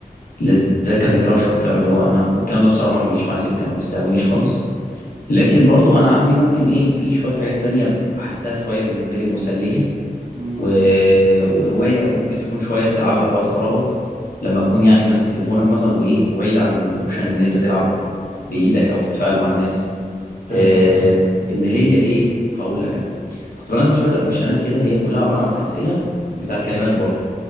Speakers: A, on the left; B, on the right.
A: اللي زي كاندي كراش والكلام اللي هو انا الكلام ده بصراحه ما بيجيش معايا سكه ما بيستهونيش خالص لكن برضو انا عندي ممكن ايه في شويه حاجات تانية بحسها شويه بالنسبه لي مسليه
B: امم
A: و... وهواية ممكن تكون شوية تلعبها في وقت فراغك لما تكون يعني ماسك تليفونك مثلا وإيه وبعيد عن الأوبشن إن أنت تلعب بإيدك أو تتفاعل مع الناس
B: ايوه
A: آه،
B: ايوه
A: اللي هي إيه هقول لك أنا كنت بنزل شوية أبلكيشنات كده هي كلها عبارة عن أسئلة بتاعت كلمات برضو